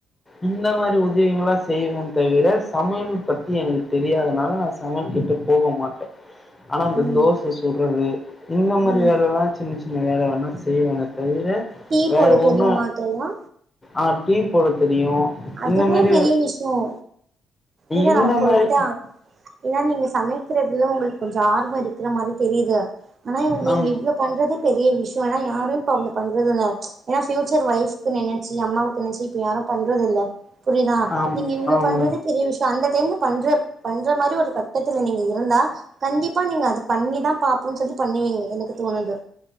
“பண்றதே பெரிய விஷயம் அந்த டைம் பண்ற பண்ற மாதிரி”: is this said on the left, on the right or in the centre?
Right